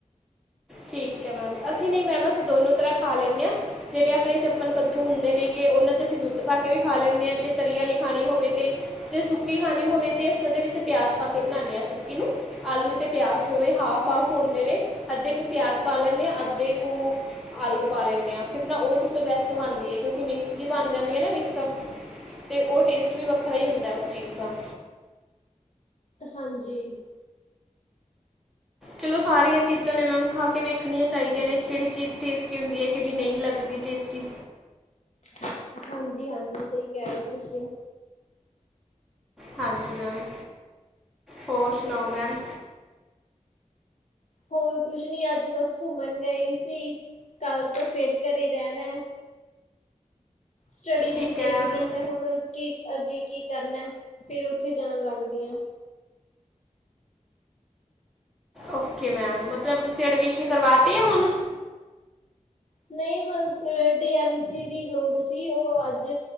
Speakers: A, in the centre; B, on the left.
A: ਠੀਕ ਹੈ ਮੈਮ ਅਸੀਂ ਨਹੀਂ ਮੈਮ ਅਸੀਂ ਦੋਨੋ ਤਰ੍ਹਾਂ ਖਾ ਲੈਂਦੇ ਹਾਂ ਜਿਹੜੇ ਆਪਣੇ ਚੱਪਣ ਕੱਦੂ ਹੁੰਦੇ ਨੇਗੇ ਉਹਨਾਂ ਚ ਅਸੀਂ ਦੁੱਧ ਪਾ ਕੇ ਵੀ ਖਾ ਲੈਂਦੇ ਹਾਂ ਜੇ ਤਰੀ ਵਾਲੀ ਖਾਣੀ ਹੋਵੇ ਤੇ ਜੇ ਸੁੱਕੀ ਖਾਣੀ ਹੋਵੇ ਤੇ ਅਸੀਂ ਉਹਦੇ ਵਿੱਚ ਪਿਆਜ ਪਾ ਕੇ ਬਣਾਉਦੇ ਹਾਂ ਸੁੱਕੀ ਨੂੰ ਆਲੂ ਤੇ ਪਿਆਜ ਹੋਵੇ ਹਾਫ ਹਾਫ ਹੁੰਦੇ ਨੇ ਅੱਧੇ ਕੁ ਪਿਆਜ਼ ਪਾ ਲੈਂਦੇ ਹਾਂ ਅੱਧੇ ਕੁ ਆਲੂ ਪਾ ਲੈਂਦੇ ਹਾਂ ਫਿਰ ਨਾ ਉਹ ਸਭ ਤੋਂ ਬੈਸਟ ਬਣਦੀ ਹੈ ਕਿਉਂਕਿ ਮਿਕਸ ਜਿ ਬਣ ਜਾਂਦੀ ਹੈ ਨਾ ਮਿਕਸਪ ਤੇ ਉਹ ਟੇਸਟ ਵੀ ਵੱਖਰਾ ਹੀ ਹੁੰਦਾ ਉਸ ਚੀਜ਼ ਦਾ
B: ਹਾਂਜੀ।
A: ਚਲੋ ਸਾਰੀਆਂ ਚੀਜ਼ਾਂ ਨੇ ਮੈਮ ਖਾ ਕੇ ਵੇਖਣੀਆਂ ਚਾਹੀਦੀਆਂ ਨੇ ਕਿਹੜੀ ਚੀਜ਼ ਟੇਸਟੀ ਹੁੰਦੀ ਹੈ ਕਿਹੜੀ ਨਹੀਂ ਲੱਗਦੀ ਟੇਸਟੀ।
B: ਹਾਂਜੀ ਹਾਂਜੀ ਸਹੀ ਕਹਿ ਰਹੇ ਹੋ ਤੁਸੀਂ
A: ਹਾਂਜੀ ਮੈਮ ਹੋਰ ਸੁਣਾਓ ਮੈਮ?
B: ਹੋਰ ਕੁਛ ਨੀ ਅੱਜ ਬਸ ਘੁੰਮਣ ਗਈ ਸੀ ਕੱਲ੍ਹ ਤੋਂ ਫਿਰ ਘਰੇ ਰਹਿਣਾ। ਸਟੱਡੀ
A: ਠੀਕ
B: ਦੀ ਦੇਖਦੀ
A: ਹੈ ਮੈਮ
B: ਹਾਂ ਮੈਂ ਹੁਣ ਕੀ ਅੱਗੇ ਕੀ ਕਰਨਾ ਫੇਰ ਉੱਥੇ ਜਾਣ ਲੱਗਦੀ ਹ।
A: ਓ ਮੈਮ ਮਤਲਬ ਤੁਸੀਂ ਐਡਮਿਸ਼ਨ ਕਰਵਾਤੇ ਆ ਹੁਣ
B: ਨਹੀਂ ਡੀਮ ਸੀ ਦੀ ਲੋੜ ਸੀ ਉਹ ਅੱਜ